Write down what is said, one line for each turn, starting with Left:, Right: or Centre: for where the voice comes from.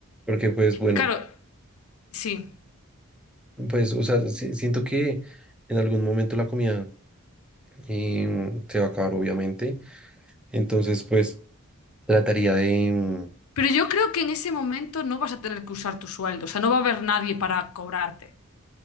Centre: Porque pues bueno,
Left: Claro, sí.
Centre: pues o sea, si- siento que en algún momento la comida em, se va a acabar obviamente. Entonces, pues... Trataría de, mm,
Left: Pero yo creo que en ese momento no vas a tener que usar tu sueldo, o sea, no va a haber nadie para cobrarte.